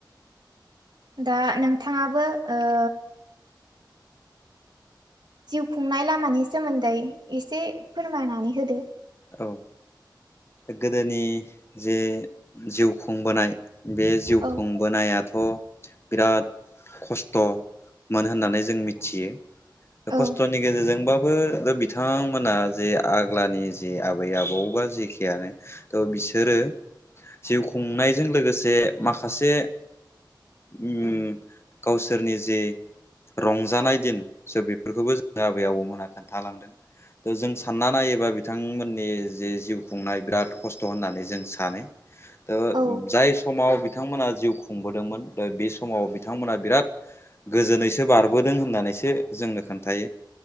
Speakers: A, on the right; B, on the left.
A: दा नोंथाङाबो ओ जिउ खुंनाय लामानि सोमोन्दै इसे फोरमायनानै होदो।
B: औ गोदोनि जे जिउ खुंबोनाय बे जिउ
A: औ
B: खुंबोनायाथ बिराद खस्थमोन होननानै जों मिथियो।
A: औ
B: खस्थनि गेजेरजोंबाबो बिथांमोना जे आग्लानि जे आबै आबौबा जेखेयानो थ बिसोरो जिउ खुंनायजों लोगोसे माखासे उम गावसोरनि जे रंजानाय दिन स बेफोरखौबो जों आबै आबौमोनहा खोन्थालांदों। त जों सानना नायोबा बे बिथांमोननि जे जिउ खुंनाय बिराद खस्थ होननानै जों सानो। ओ
A: औ
B: जाय समाव बिथांमोना जिउ खुंबोदोंमोन दा बे समाव बिथांमोना बिराद गोजोनैसो बारबोदों होननानै सो जोंनो खोन्थाय